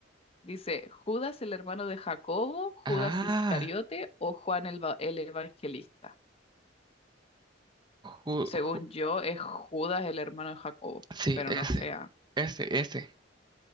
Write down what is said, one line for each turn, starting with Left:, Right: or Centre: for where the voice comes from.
Left: dice, ¿Judas el hermano de Jacobo, Judas
Right: Ah,
Left: Iscariote o Juan el, va- el evangelista?
Right: Ju-
Left: Según
Right: Ju-
Left: yo, es Judas el hermano de Jacobo,
Right: sí,
Left: pero
Right: ese,
Left: no sea
Right: ese, ese.